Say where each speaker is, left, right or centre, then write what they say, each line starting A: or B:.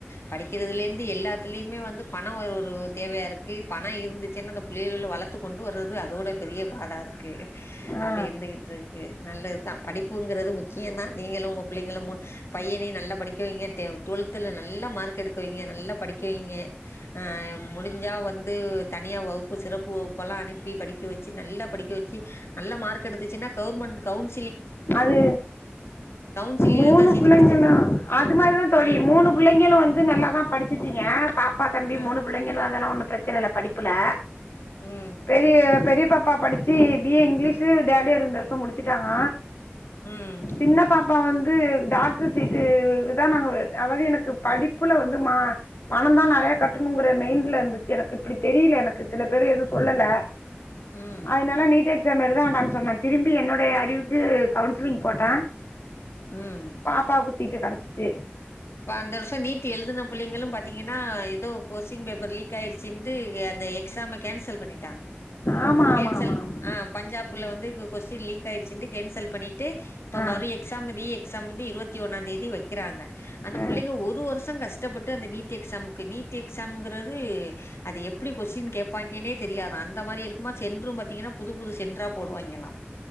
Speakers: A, on the left; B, on the left.
A: படிக் இதுலருந்து எல்லாத்துலயுமே வந்து பணம் ஒரு ஒரு தேவையாருக்கு பணம் இருந்துச்சுன்னு அந்த புள்ளகல வளத்துக் கொண்டு கொண்டு வர்றது அதோட பெரிய பாடாருக்கு
B: ஆ
A: அப்டி இருந்துகிட்டுரு க்கு நல்லதுதா படிப்புங்றது முக்கியந்தா நீங்களு உங்க புள்ளைங்களு மு பையனையு நல்லா படிக்க வைங்க டே ட்டுவெல்த்துல நல்லா மார்க் எடுக்க வைங்க நல்லா படிக்க வைங்க அ முடிஞ்சா வந்து தனியா வகுப்பு சிறப்பு வகுப்பு ப்பல்லா அனுப்பி படிக்க வச்சு நல்லா படிக்க வச்சு நல்லா மார்க் எடுத்துச்சுனா கவர்ன்மெண்ட் கவுன்
B: அது
A: கவுன்சிலிங்ல
B: மூணு
A: தா சீட்டு
B: புள்ளைங்களு
A: கெடச்சிச்சு
B: அது மாரிதா தோழி
A: ஆ
B: மூணு புள்ளைங்களு வந்து நல்லாதா படிச்சுச்சுங்க பாப் ப்பா தம்பி
A: ஆ
B: மூணு புள்ளைங்களு அதெல்லா ஒன்னு ப்ரச் ச்சனல்ல படிப்புல
A: ம்
B: பெரிய பெரியபாப் ப்பா படிச்சு பி ஏ இங்கிலீஷு ஃதேடியர் இந்த வர்ஷொ முடுச்சுட்டாங்க
A: ம்
B: சின்ன பாாப்பா வந் து‌ டாக்டர் சீட்டுக்துதா நாங்க அதாது எனக்கு படிப்புல வந்து மா பணந்தா நெறையா கட்டணுங்குற மைண்ட்ல இந்துச்சு எனக்கு இப்டி தெரில எனக்கு சில பேரு எதுவு சொல்லல
A: ம்
B: அதனால நீட் எக்ஸாம் எழுத னான் சொன்னாங்க திரும்பி என்னுடைய அறிவுக்கு கவுன்சிலிங் போட்ட
A: ம்
B: பாப்பாவுக்கு சீட்டு கெடச்சிட்டு
A: இப்ப அந்த வருஷோ நீட் எழுதுன புள்ளைங்களு பாத்தீங்கனா எதோ கொஸ்டின் பேப்பர் லீக் ஆயிருச்சின்ட்டு அந்த எக்ஸாம கேன்சல் பண்ணிட்டாங்க
B: ஆமா
A: கேன்சல்
B: ஆமா ஆமா ஆமா
A: அ பஞ்சாப்ல வந்து கொஸ்டின் லீக் ஆயிடுச்சுன்ட்டு கேன்சல் பண்ணிட் ட்டு இப்ப
B: ஆ
A: மறு எக்ஸாமு ரீ சம்மந்தி இருவத்தி ஒன்னாந் தேதி வெக்கிறாங்க அந்த
B: ஆ
A: புள்ளைங்க ஒரு வருஷ கஷ் டப்பட்டு அந்த நீட் எக்ஸாமுக் கு நீட் எக்ஸாம்ங்குறது அது எப்புடி கொஸின் கேப்பாயிங்கனே தெரியாதா அந்த மாரி இருக்குமா சென்ட்ரும் பாத்தீங்கனா புது புது சென்ட்ரா போடுவாயிங்களா